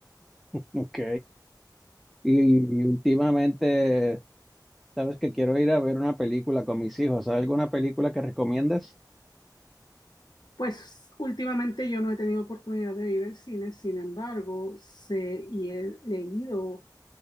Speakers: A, in the centre; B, on the left (about 65°).
A: Ok. Y, y últimamente, sabes que quiero ir a ver una película con mis hijos. ¿Hay alguna película que recomiendas?
B: Pues últimamente yo no he tenido oportunidad de ir al cine, sin embargo, sé y he leído